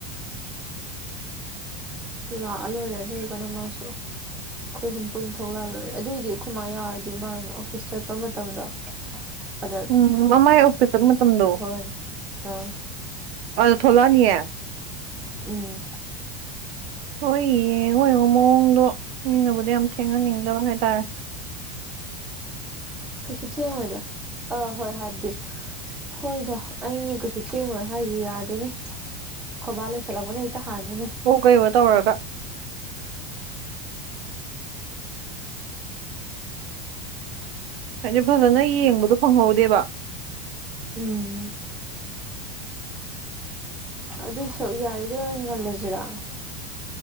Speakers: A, in the centre; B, on the right (about 80°).
A: ꯂꯥꯛꯑ ꯂꯣꯏꯔꯦ ꯑꯗꯨ ꯑꯣꯏꯔꯒꯅ ꯃꯥꯁꯨ ꯑꯩꯈꯣꯏ ꯍꯨꯝ ꯄꯨꯟ ꯊꯣꯛꯂꯛꯂꯣꯏꯔꯦ ꯑꯗꯨꯑꯣꯏꯗꯤ ꯑꯩꯈꯣꯏ ꯃꯥ ꯌꯥꯎꯔꯗꯤ ꯃꯥꯅ ꯑꯣꯐꯤꯁ ꯆꯠꯄ ꯃꯇꯝꯗꯣ ꯑꯗ
B: ꯎꯝ ꯃꯃꯥꯏ ꯑꯣꯐꯤꯗ ꯆꯠꯕ ꯃꯇꯝꯗꯣ
A: ꯗ ꯊꯧꯔꯅꯤ ꯑꯥ
B: ꯑꯗ ꯊꯣꯛꯂꯛꯑꯅꯤꯌꯦ
A: ꯎꯝ
B: ꯍꯣꯏꯌꯦ ꯍꯣꯏ <unintelligible> ꯃꯑꯣꯡꯗꯣ ꯃꯤꯅꯕꯨꯗ ꯌꯥꯝ ꯊꯦꯡꯍꯟꯅꯤꯡꯗꯕ ꯍꯥꯏꯇꯥꯔꯦ
A: ꯀꯩꯁꯨ ꯊꯦꯡꯉꯣꯏꯗꯣ ꯑꯥ ꯍꯣꯏ ꯍꯥꯏꯕꯗꯤ ꯍꯣꯏꯗ ꯑꯩꯅ ꯀꯩꯁꯨ ꯊꯦꯡꯉꯣꯏ ꯍꯥꯏꯁ ꯌꯥꯗꯦꯅꯦ ꯈꯣꯕꯥ ꯂꯣꯏꯁꯤꯜꯂꯛꯄꯅ ꯍꯦꯛꯇ ꯍꯥꯟꯅꯤꯅꯦ
B: ꯀꯩꯅꯣ ꯇꯧꯔꯒ ꯍꯥꯏꯗꯤ ꯐꯖꯅ ꯌꯦꯡꯕꯗꯣ ꯐꯪꯍꯧꯗꯦꯕ
A: ꯎꯝ ꯑꯗꯨꯏ ꯁꯔꯨꯛ ꯌꯥꯔꯤꯈꯩ ꯑꯣꯏꯅ ꯉꯜꯂꯁꯤꯔꯥ